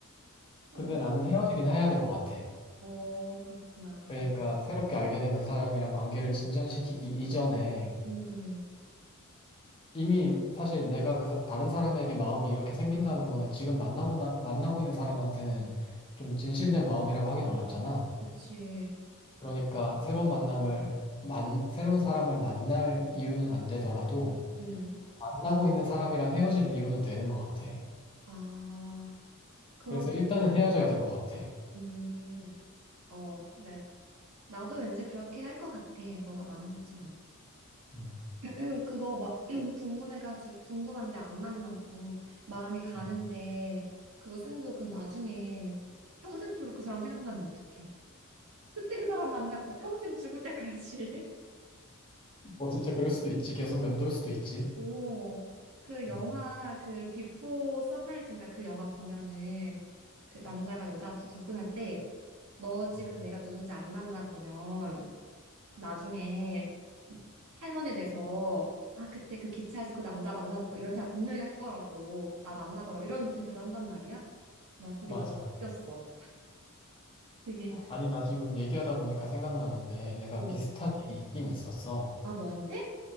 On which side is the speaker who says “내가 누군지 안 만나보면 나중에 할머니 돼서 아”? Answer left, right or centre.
Right